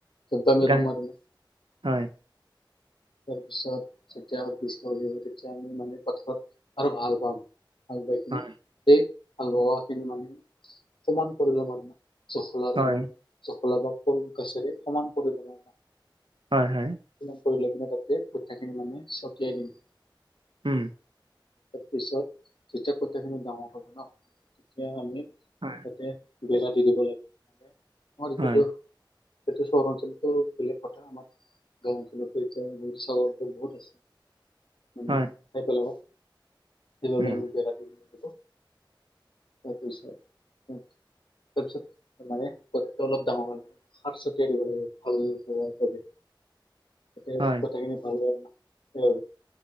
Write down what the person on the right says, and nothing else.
গা
হয়
হয়
হয়
হয় হয়
উম
হয়
হয়
হয়
উম
হয়